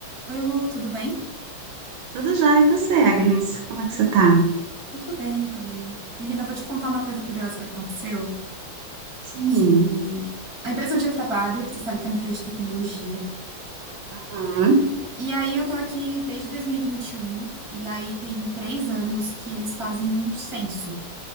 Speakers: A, on the right; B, on the right.
A: Oi, Lu, tudo bem?
B: Tudo já, e você, Agnes? Como é que
A: Eu
B: você
A: tô,
B: tá?
A: eu tô bem também. Menina, eu vou te contar uma coisa curiosa que aconteceu,
B: Sim.
A: que a empresa onde eu trabalho, você sabe que é uma empresa de tecnologia,
B: Uhum.
A: e aí eu tô aqui desde 2021, e vinte e um, e aí tem três anos que eles fazem um censo,